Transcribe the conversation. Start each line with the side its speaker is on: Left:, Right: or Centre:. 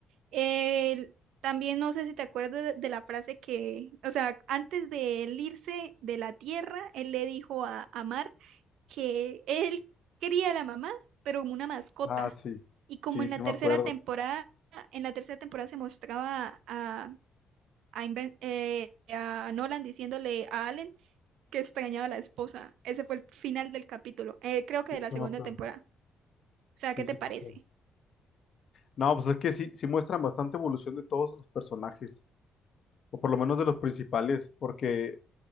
Right: Él- también no sé si te acuerdas de, de la frase que, o sea, antes de él irse de la tierra, él le dijo a, a Mar que él quería a la mamá, pero como una mascota.
Left: Ah, sí,
Right: Y
Left: sí,
Right: como en
Left: sí
Right: la
Left: me
Right: tercera
Left: acuerdo.
Right: temporada, en la tercera temporada se mostraba a, a, Inven- eh, a Nolan diciéndole a Allen que extrañaba a la esposa. Ese fue el final del capítulo. Eh, creo que
Left: Sí,
Right: de la
Left: sí
Right: segunda
Left: me acuerdo.
Right: temporada. O sea,
Left: Sí,
Right: ¿qué te
Left: sí
Right: parece?
Left: me acuerdo. No, pues es que sí, sí muestran bastante evolución de todos los personajes, o por lo menos de los principales, porque,